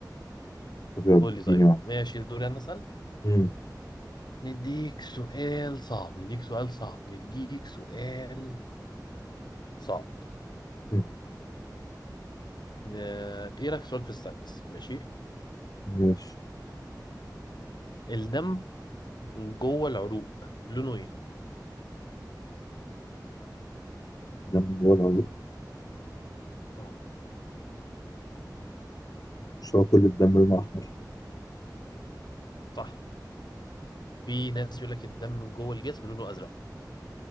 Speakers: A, on the left (about 55°); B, on the left (about 75°).
A: طب يلا
B: قول لي
A: اديني
B: طيب
A: واحدة
B: ماشي دوري انا اسال
A: مم.
B: نديك سؤال صعب نديك سؤال صعب نديك سؤال صعب
A: مم.
B: آه... ايه رايك في سؤال في الساينس ماشي
A: ماشي
B: الدم جوه العروق لونه ايه؟
A: دم جوه العروق
B: اه
A: مش هو كل الدم لونه أحمر
B: صح في ناس يقول لك الدم جوه الجسم لونه ازرق